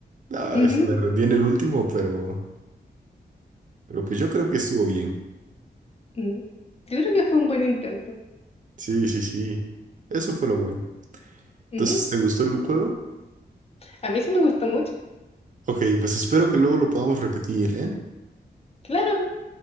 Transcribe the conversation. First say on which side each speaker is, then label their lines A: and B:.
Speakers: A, on the right; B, on the left.
A: Ah,
B: Ujú.
A: es- me rendí en el último, pero, pero pues yo creo que estuvo bien.
B: Mm. Yo creo que fue un buen intento.
A: Sí, sí, sí. Eso fue lo bueno. Entonces,
B: Ujú.
A: ¿te gustó el juego?
B: A mí sí me gustó mucho.
A: Ok, pues espero que luego lo podamos repetir, ¿eh?
B: Claro,